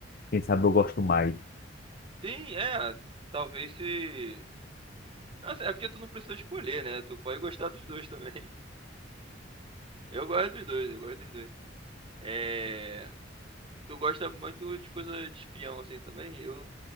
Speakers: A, on the left (about 50°); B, on the right (about 30°).
A: quem sabe eu gosto mais.
B: Sim, é. Talvez se. Nossa, é porque tu não precisa escolher, né? Tu pode gostar dos dois também. <laughs> Eu gosto dos dois, eu gosto dos dois. É... Tu gosta muito de coisa de espião, assim, também? Eu